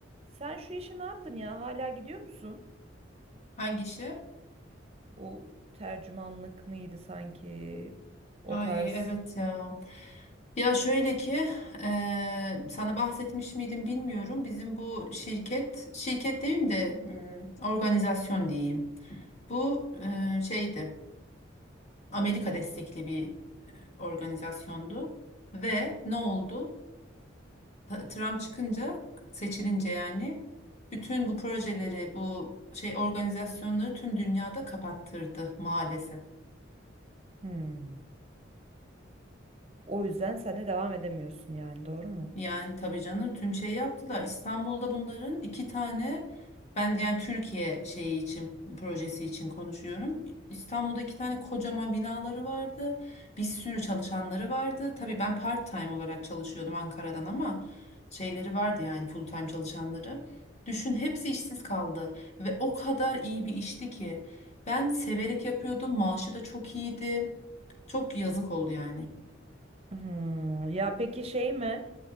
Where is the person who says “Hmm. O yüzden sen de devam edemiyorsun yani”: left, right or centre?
Right